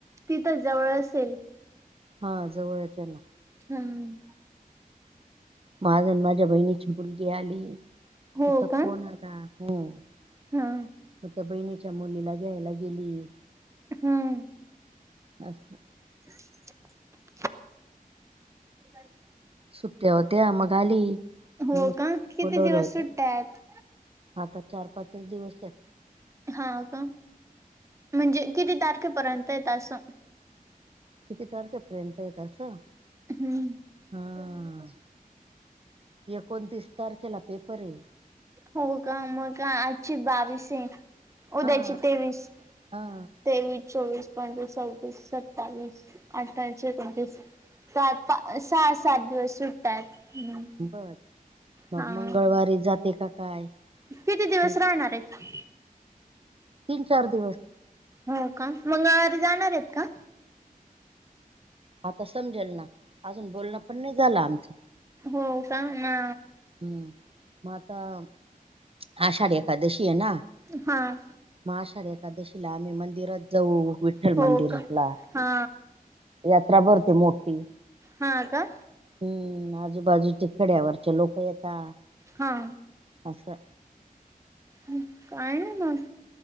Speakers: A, on the right (about 20°); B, on the right (about 40°).
A: ती तर जवळ असेल?
B: हा जवळच येना.
A: हम्म.
B: माझ न माझ्या बहिणीची मुलगी आली.
A: हो
B: तिचा
A: का
B: फोन आला. मग
A: हा
B: त्या बहिणीच्या मुलीला घ्यायला गेली.
A: हम्म.
B: असं.
A: <inaudible> <unintelligible>
B: सुट्ट्या होत्या मग आली.
A: हो
B: मी
A: का, किती
B: बोलवलं
A: दिवस
B: होत
A: सुट्ट्या आहेत?
B: आता चार पाचच दिवस आहेत.
A: हा का, म्हणजे किती तारखेपर्यंत आहेत? असं.
B: किती तारखेपर्यंत आहेत असं?
A: हम्म
B: हां. एकोणतीस तारखेला पेपर हे.
A: हो का आजची बावीसी, उद्याची
B: हा
A: तेवीस.
B: हा
A: तेवीस, चोवीस, पंचवीस, सव्वीस, सत्तावीस, अठ्ठाअंशी, एकोणतीस पा सहा, सात दिवस सु ट्या आहेत.
B: बर मग
A: हा
B: मंगळवारी जाते की काय?
A: किती दिवस
B: मग
A: राहणार आहेत?
B: तीन, चार दिवस.
A: हो का? मंगळवारी जाणारे हेत का?
B: आता समजेल ना, अजून बोलणं पण नाही झालं आमचं.
A: हो का? ना
B: हम्म, मंग आता आषाढ एकादशी अहे ना?
A: हां.
B: मग आषाढ एकादशीला आम्ही मंदिरात जाऊ विठ्ठल
A: हो
B: मंदिरला.
A: का हा
B: यात्रा भरते मोठी.
A: हा का?
B: हम्म आजूबाजूच्या खड्यावरचे लोक येता
A: हा
B: असं
A: हम काय नाय मग.